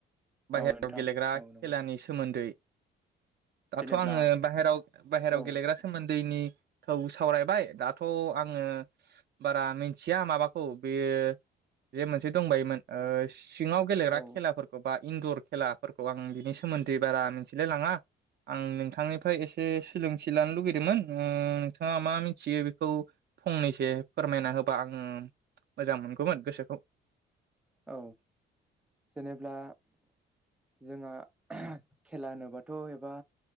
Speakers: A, on the right; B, in the centre.
A: बाहेरायाव
B: औ नोंथां
A: गेलेग्रा
B: औ
A: खेलानि
B: नंगौ
A: सोमोन्दै दाथ'
B: जेनेब्ला
A: आङो बाहेराव बाहेराव
B: औ
A: गेलेग्रा सोमोन्दैनिखौ सावरायबाय दाथ' आङो बारा मिथिया माबाखौ बे बे जे मोनसे दंबायोमोन ओ सिङाव गेलेग्रा
B: औ
A: खेलाफोरखौ बा इन्दर खेलाफोरखौ आं बिनि सोमोन न्दै बारा मिथिलाय लाङा आं नोंथांनिफ्राय एसे सोलोंथि लानो लुुगै दोमोन ओ नोंथाङा मा मिथियो बिखौ फंनैसो फोरमायना होबा आं मोजां मोनगौमोन गोसोखौ
B: औ जेनेब्ला जोंहा खेला होनोबाथ' एबा